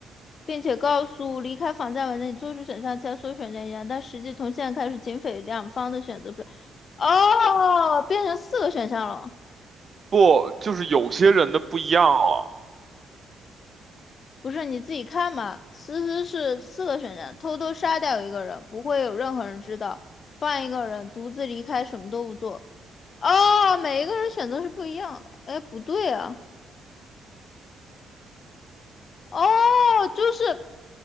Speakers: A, on the left (about 50°); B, on the right (about 40°).
A: 并且告诉离开房间文家，你，做出选项其他所有选项一样，但实际从现在开始，警匪两方的选择不是哦，变成四个选项了。
B: 不，就是有些人的不一样啊。
A: 不是你自己看嘛？思思是四个选项：偷偷杀掉一个人，不会有任何人知道；放一个人独自离开，什么都不做。哦，每一个人选择是不一样的。哎，不对啊。哦，就是